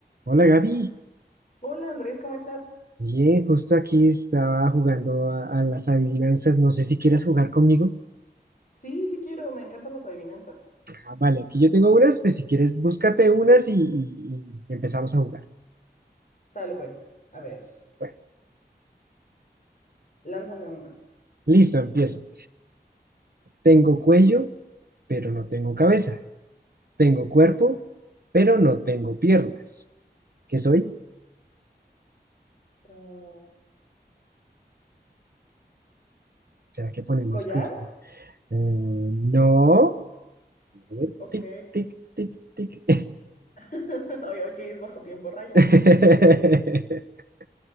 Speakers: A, on the right (about 60°); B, on the left (about 50°).
A: Hola Gaby,
B: Hola Andrés, ¿cómo estás?
A: bien, justo aquí estaba jugando a, a las adivinanzas, no sé si quieras jugar conmigo.
B: Sí, sí quiero, me encantan las adivinanzas.
A: Ah, vale, aquí yo tengo unas, pues si quieres búscate unas y, y- y empezamos a jugar.
B: Dale pues, a ver,
A: Bueno,
B: lánzame una.
A: listo, empiezo. Tengo cuello, pero no tengo cabeza. Tengo cuerpo, pero no tengo piernas. ¿Qué soy?
B: Ah,
A: ¿Será que ponemos
B: ¿collar?
A: cur- Eh, no. A ver,
B: Ok.
A: tic, tic, tic, tic.
B: <laughs> Oye, ok, es bajo tiempo, rayo.
A: <laughs>